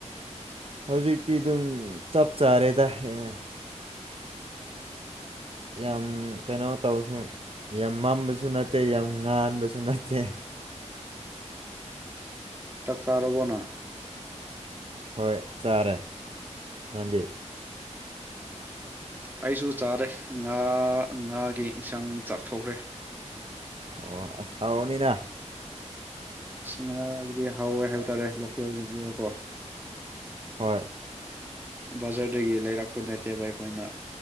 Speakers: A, on the right (about 50°); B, on the right (about 15°).
A: ꯍꯧꯖꯤꯛꯇꯤ ꯑꯗꯨꯝ ꯆꯞ ꯆꯥꯔꯦꯗ ꯍꯦꯟꯅ
B: <inaudible>
A: ꯌꯥꯝ ꯀꯩꯅꯣ ꯇꯧꯁꯨ ꯌꯥꯝ ꯃꯝꯕꯁꯨ ꯅꯠꯇꯦ ꯌꯥꯝ ꯉꯥꯟꯕꯁꯨ ꯅꯠꯇꯦ
B: ꯆ ꯀꯥꯕꯅ
A: ꯍꯣꯏ ꯆꯥꯔꯦ ꯅꯥꯟꯗꯤ
B: ꯑꯩꯁꯨ ꯆꯥꯔꯦ ꯉꯥ ꯉꯥꯒꯤ ꯏꯟꯁꯥꯡ ꯆꯥꯛꯊꯣꯛꯈ꯭ꯔꯦ
A: ꯑꯣ ꯑꯁ ꯍꯥꯎꯅꯤꯅ
B: ꯉꯥꯒꯤꯗꯤ ꯍꯥꯎꯋꯦ ꯍꯥꯏ ꯇꯔꯦ ꯂꯣꯀꯦꯜꯒꯤꯗꯤ ꯑꯣꯏꯀꯣ
A: ꯍꯣꯏ
B: ꯕꯥꯖꯥꯔꯗꯒꯤ ꯂꯩꯔꯛꯄ ꯅꯠꯇꯦꯕ ꯑꯩꯈꯣꯏꯅ